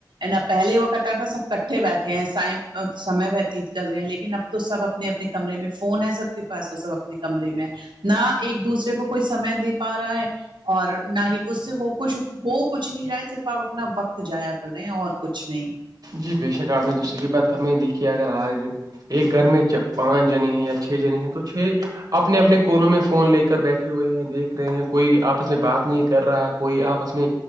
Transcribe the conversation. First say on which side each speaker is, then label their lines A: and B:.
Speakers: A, on the right; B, on the right.
A: نا پہلے وہ کرتا تھا سب کٹھے بیٹھے ہیں س سمے وتیت کر رہے ہیں لیکن اب تو سب اپنے اپنے کمرے میں فون ہے سب کے پاس وہ سب اپنے کمرے میں نہ ایک دوسرے کو کوئی سمے دے پا رہا ہے اور نہ ہی اس سے ہو کچھ ہو کچھ نہیں رہا ہے صرف آپ اپنا وقت تو جایا کر رہے ہیں اور کچھ نہیں
B: جی بےشک آپ نے تو صحیح بات فرم ہی دیکھی اگر آج ایک گھر میں پانچ جنے ہیں یا چھ جنی ہیں تو چھ اپنے اپنے کونوں میں فون لے کر بیٹھے ہوئے ہیں دیکھ رہے ہیں کوئی آپس میں بات نہیں کر رہا کوئی آپس میں